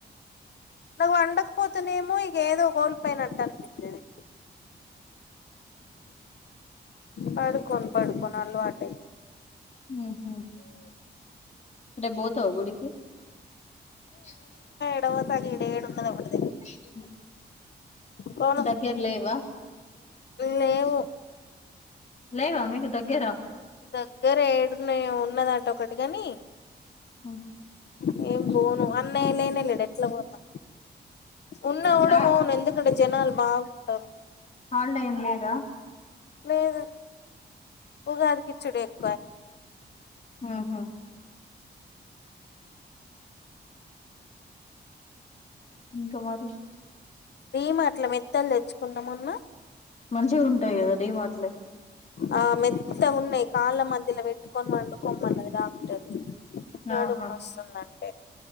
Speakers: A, on the left; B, on the left.
A: నాకు పండకపోతునేమో ఇక ఏదో కోల్పోయినట్టు అనిపిస్తది పడుకోండి పడుకోండి అలువాటే
B: హ్మ్ హు రేపు పోతావా గుడికి హుమ్మ్
A: ఏడపోత ఇడయెడ ఉండదు అప్పుడు
B: హూ
A: పోను
B: దగ్గర లేవా
A: లేవు
B: లేవా మీకు దగ్గరా
A: దగ్గర ఏడు ఉన్నాయో ఉన్నదట ఒకటి గాని
B: అ
A: నేను పోను అన్నయ్య లేనే లేడు ఎట్లా పోతా ఉన్న కూడా
B: రా
A: పోను ఎందుకంటే జనాలు బాగుంటారు
B: హాలిడే ఏం లేదా
A: లేదు ఉగాది కి ఇచ్చేడే <inaudible>
B: ఆహా ఇంకా మరిష్
A: డి మార్ట్‌లో మెత్తలు తెచ్చుకుందాం మన
B: మంచిగా ఉంటాయి కదా డి మార్ట్‌లో
A: ఆ మెత్త ఉన్నాయి కాళ్ళ మధ్యలో పెట్టుకుంటే పెట్టుకొని పండుకోమన్నాడు డాక్టర్ నాడు
B: ఆహా
A: మస్తు ఉందండి